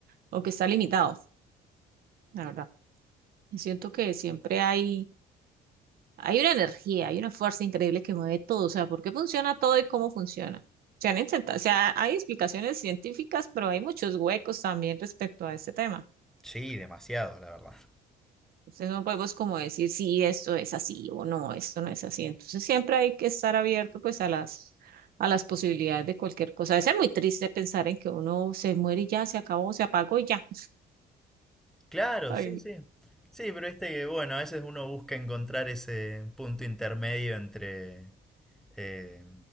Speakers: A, on the right; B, in the centre.
A: o que está limitado, la verdad. Yo Siento que siempre hay Hay una energía, hay una fuerza increíble que mueve todo, o sea, ¿por qué funciona todo y cómo funciona? Se han intentado, o sea, hay explicaciones científicas, pero hay muchos huecos también respecto a este tema.
B: Sí, demasiado, la verdad.
A: Entonces no podemos como decir si esto es así o no, esto no es así. Entonces siempre hay que estar abierto pues a las a las posibilidades de cualquier cosa. A veces es muy triste pensar en que uno se muere y ya se acabó, se apagó y ya.
B: Claro,
A: Ay,
B: sí,
A: no.
B: sí. Sí, pero viste que, bueno, a veces uno busca encontrar ese punto intermedio entre, eh,